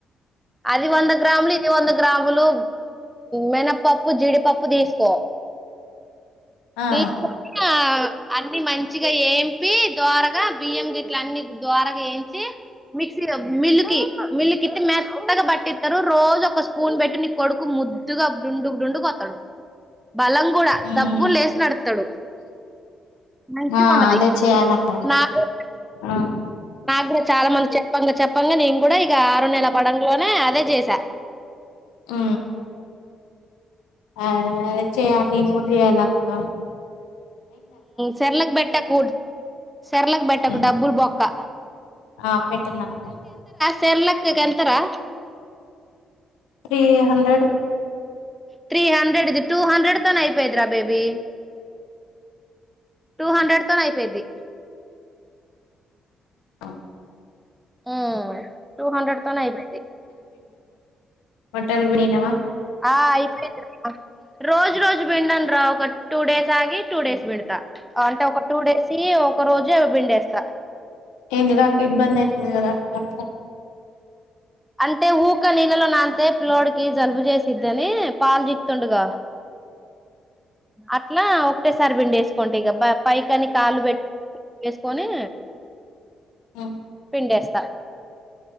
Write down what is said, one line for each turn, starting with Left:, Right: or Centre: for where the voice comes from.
Centre: అది వంద గ్రాములు ఇది వంద గ్రాములు మినపప్పు జీడిపప్పు తీసుకో
Left: ఆ
Centre: తీసుకు అన్నిీ మంచిగా ఏంపి ద్వారగా బియ్యం గిట్ల అన్ని ద్వారగా వేంచి మిక్సీ మిల్లుి మిల్లు క ఇ మ అత్తగా పట్టిస్తారు రోజు ఒక స్పూన్ పెట్టి నీ కొడుకు ముద్దుగాండుండుకు వతాడు బలం కూడా
Left: ఉమ్
Centre: డబ్బులు లేసి నడతాడు మంచి
Left: ఆ
Centre: ఉండది
Left: అదే చేయాలక్క
Centre: నాగ
Left: ఆ
Centre: నాగ చాలా మంది చెప్పంగా చెప్పంగా నేను కూడా ఇక ఆరు నెల పడ లోనే అదే చేసా
Left: ఆ ఆ చేయాలి ముడియాలక్క
Centre: సెర్లకి బెట్టక కూఊడ్ సర్లలకు పెట్టకు
Left: ఉమ్
Centre: డబ్బులు బొక్క
Left: ఆ పెట్టనక్క
Centre: తెర్లకక ఎంతరా
Left: త్రీ హండ్రెడ్
Centre: త్రీ హండ్రెడ్ ఇది టూ హండ్రెడ్ తన అయిపోయిదరా బేబి టూ హండ్రెడ్ తోన అయిపోయిద్ది
Left: అ
Centre: ఉ టూ హండ్రెడ్ తోనే అయిపోయింది
Left: మట్టలు బడినావా
Centre: ఆ అయిపోయింది రా రోజు రోజు వింను రా ఒక టూ డేస్ ఆగి టూ డేస్ బీళ్తా అంటే ఒక టూ డేస్ క ఒక రోజు బిండేస్తా
Left: ఎందుకు అక్క ఇబ్బంది అయితది కదా అక్క అట్లా
Centre: అంటే ఊక నీళ్ళలో నాంతే పిలోడికి జలుబు చేసిద్దని పాలు చీకుతుండుగా, అట్లా ఒకటేసారి పిండేసుకుంటా ఇగ బ పై కాని కాలు పెట్టు వేసుకొని,
Left: ఉమ్
Centre: పిండేస్ త